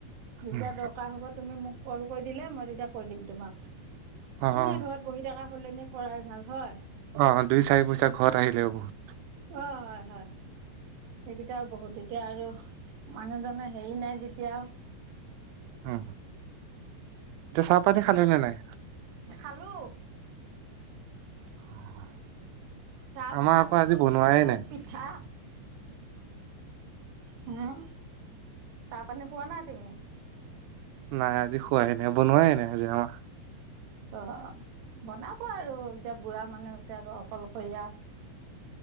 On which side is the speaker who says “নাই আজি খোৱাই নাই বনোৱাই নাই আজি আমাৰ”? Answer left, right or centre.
Right